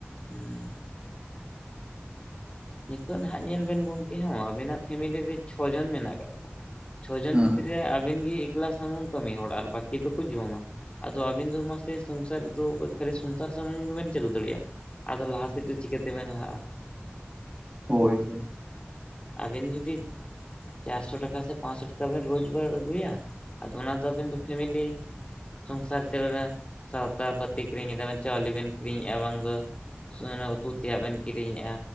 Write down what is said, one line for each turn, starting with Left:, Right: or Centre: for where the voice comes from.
Left: ᱦᱮᱸ᱾ ᱱᱤᱛᱚᱜ ᱱᱟᱦᱟᱜ ᱧᱮᱞ ᱵᱮᱱ ᱜᱚᱢᱠᱮ ᱦᱚᱸ ᱟᱵᱤᱱᱟᱜ ᱯᱷᱮᱢᱮᱞᱤ ᱨᱮ ᱪᱷᱚ ᱡᱚᱱ ᱢᱮᱱᱟᱜ ᱟᱠᱟᱜ ᱠᱚᱣᱟ᱾ ᱪᱷᱚ ᱡᱚᱱ
Right: ᱦᱩᱸ
Left: ᱵᱷᱤᱛᱨᱤ ᱨᱮ ᱟᱹᱵᱤᱱ ᱜᱮ ᱮᱠᱞᱟ ᱥᱩᱢᱩᱝ ᱠᱟᱹᱢᱤ ᱦᱚᱲ ᱟᱨ ᱵᱟᱹᱠᱤ ᱫᱚᱠᱚ ᱡᱚᱢᱟ᱾ ᱟᱫᱚ ᱟᱵᱤᱱ ᱫᱚ ᱢᱟᱥᱮ ᱥᱚᱝᱥᱟᱨ ᱨᱮᱫᱚ ᱠᱷᱟᱹᱞᱤ ᱥᱚᱝᱥᱟᱨ ᱥᱩᱢᱩᱝ ᱜᱮᱵᱮᱱ ᱪᱟᱹᱞᱩ ᱫᱟᱲᱮᱭᱟᱜᱼᱟ᱾ ᱟᱫᱚ ᱞᱟᱦᱟ ᱥᱮᱫ ᱫᱚ ᱪᱤᱠᱟᱹᱛᱮᱵᱮᱱ ᱞᱟᱦᱟᱜᱼᱟ᱾
Right: ᱦᱳᱭ ᱛᱚ᱾
Left: ᱟᱵᱮᱱ ᱡᱩᱫᱤ ᱪᱟᱨᱥᱚ ᱴᱟᱠᱟ ᱥᱮ ᱯᱟᱸᱪᱥᱚ ᱴᱟᱠᱟ ᱵᱮᱱ ᱨᱳᱡᱽᱜᱟᱨ ᱟᱹᱜᱩᱭᱟ᱾ ᱟᱫᱚ ᱚᱱᱟ ᱫᱚ ᱟᱵᱤᱱ ᱫᱚ ᱯᱷᱮᱢᱮᱞᱤ ᱥᱚᱝᱥᱟᱨ ᱪᱟᱣᱱᱟ, ᱥᱟᱶᱛᱟ ᱯᱟᱹᱛᱤ ᱠᱤᱨᱤᱧᱮᱫᱟᱵᱮᱱ ᱪᱟᱣᱞᱮ ᱵᱮᱱ ᱠᱤᱨᱤᱧᱮᱫᱼᱟ ᱵᱟᱝ ᱫᱚ᱾ ᱥᱮ ᱚᱱᱟ ᱩᱛᱩ ᱛᱮᱭᱟᱜ ᱵᱮᱱ ᱠᱤᱨᱤᱧᱮᱜᱼᱟ᱾